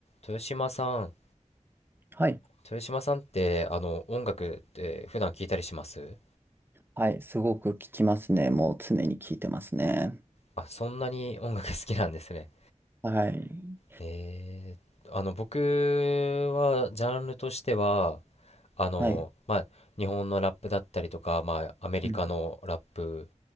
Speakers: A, on the left (about 55°); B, on the right (about 15°).
A: 豊島さん、
B: はい。
A: 豊島さんって、あの、音楽って普段聞いたりします
B: はい。すごく聞きますね。もう常に聞いてますね。
A: あ、そんなに音楽好きなんですね。
B: はい。
A: えー、あの、僕は、ジャンルとしては、あの、
B: はい。
A: まあ、日本のラップだったりとか、まあ、アメリカのラップ
B: うん。